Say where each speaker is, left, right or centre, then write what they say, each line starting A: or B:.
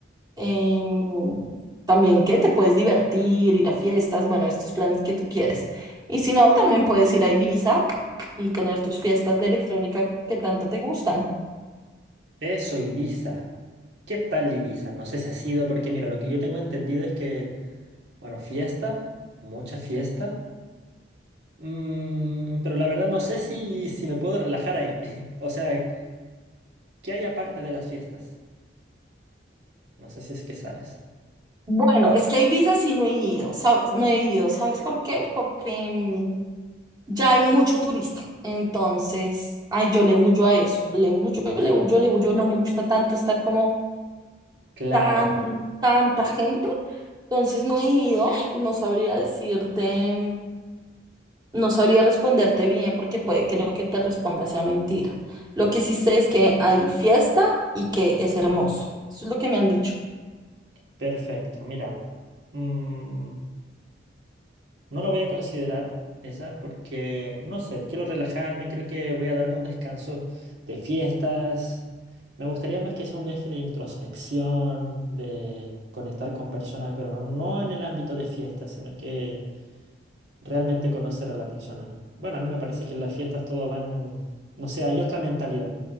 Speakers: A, on the right; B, on the right.
A: em, también que te puedes divertir, ir a fiestas, bueno, estos planes que tú quieres. Y si no, también puedes ir a Ibiza y tener tus fiestas de electrónica que tanto te gustan.
B: Eso, Ibiza. ¿Qué tal Ibiza? No sé si ha sido, porque mira, lo que yo tengo entendido es que, bueno, fiesta, mucha fiesta. mm, pero la verdad no sé si, si me puedo relajar ahí. <laughs> O sea, ¿qué hay aparte de las fiestas? No sé si es que sabes.
A: Bueno, es que a Ibiza sí no he ido, ¿sabes? No he ido, ¿sabes por qué? Porque mm, ya hay mucho turista. Entonces, ay, yo le huyo a eso, le huyo, le huyo, le huyo, no me gusta tanto estar como
B: Claro,
A: tan, tanta gente. Entonces, no he ido, no sabría decirte. No sabría responderte bien porque puede, creo que te responda sea mentira. Lo que sí sé es que hay fiesta y que es hermoso. Eso es lo que me han dicho.
B: perfecto. Mira, mm, no lo voy a considerar esa porque, no sé, quiero relajarme, creo que voy a darme un descanso de fiestas. Me gustaría más que sea un viaje de introspección, de conectar con personas, pero no, no en el ámbito de fiestas, sino que realmente conocer a la persona. Bueno, a mí me parece que en las fiestas todo van, no sé, hay otra mentalidad.